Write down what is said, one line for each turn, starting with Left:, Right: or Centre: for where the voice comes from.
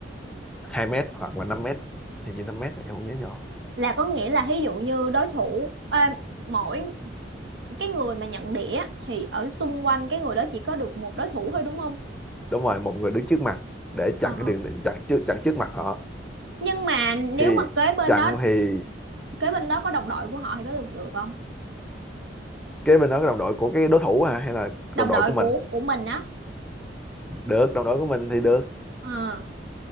Centre: 2 mét hoặc là 5 mét. Hình như 5 mét em không nhớ nhỏ.
Right: là có nghĩa là ví dụ như đối thủ à, mỗi cái người mà nhận đĩa thì ở xung quanh cái người đó chỉ có được một đối thủ thôi đúng không?
Centre: Đúng rồi, một người đứng trước mặt để
Right: Ờ.
Centre: chặn cái đường chặn trước chặn trước mặt họ.
Right: Nhưng mà nếu
Centre: Thì
Right: mà kế bên
Centre: chặn
Right: đó
Centre: thì
Right: kế bên đó có đồng đội của họ thì có được được không?
Centre: cái bên đó cái đồng đội của cái đối thủ hả? hay là
Right: Đồng
Centre: đồng đội
Right: đội
Centre: của
Right: của
Centre: mình?
Right: của mình á.
Centre: Được, đồng đội của mình thì được
Right: Ờ.